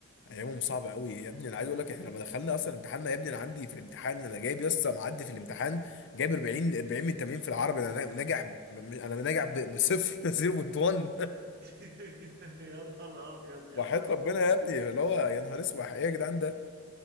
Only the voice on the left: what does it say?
ايامهم صعبه قوي يا ابني انا عايز اقول لك احنا لما دخلنا اصلا امتحاننا يا ابني انا عندي في الامتحان انا جايب يسطا معدي في الامتحان جايب 40 40 من 80 في العربي انا ناجح ب- انا ناجح ب- بصفر <laughs> 0.1
<laughs>
وحياة
ربنا يا
ابني اللي هو يا نهار اسود ايه يا جدعان ده